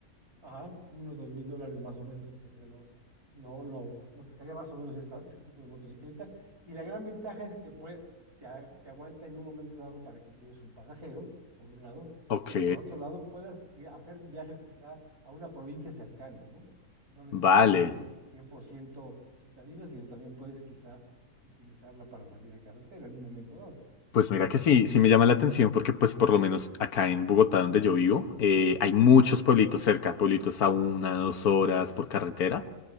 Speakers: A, on the right; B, on the left.
A: Ajá, unos dos mil dólares más o menos, sí sería lo, lo, lo, lo que sería más o menos esta, este tipo de motocicleta. Y la gran ventaja es que puede, te, a- te aguanta en un momento dado para que lleves un pasajero, por un lado,
B: Ok,
A: y por otro lado puedas sí, hacer viajes quizá a una provincia cercana, ¿no? No necesariamente
B: vale.
A: 100% citadina, sino también puedes quizá utilizarla para salir a carretera en un momento
B: Pues mira que sí, sí me llama la atención porque pues por lo menos acá en Bogotá donde yo vivo eh, hay muchos
A: dado.
B: pueblitos cerca, pueblitos a una, dos horas por carretera